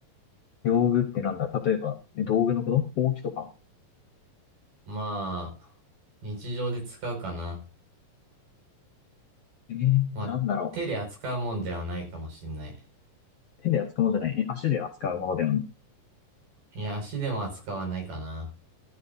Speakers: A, on the left; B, on the right.
A: 用具ってなんだ例えば、え道具のことほうきとか
B: まあ、日常で使うかな。
A: ええなんだろ
B: まあ、手で扱うもんではないかもしんない。
A: う手で扱うものじゃない。え、足で扱うものであるの。
B: いや、足でも扱わないかな。